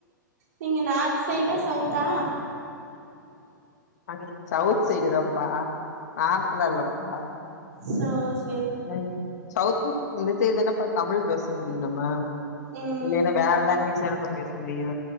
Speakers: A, on the right; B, on the left.
A: நீங்க நார்த் சைடா சவுத்தா
B: அ சவுத் சைடு தாம்ப்பா நார்த்லா இல்லப்பா
A: சோஸ்
B: ம் சவுத் இந்த சைடு தானப்பா தமிழ் பேச முடியு நம்ம
A: ம்
B: இல்லன்னா வேற லாங்குவேஜ் தானப்பா பேச முடியு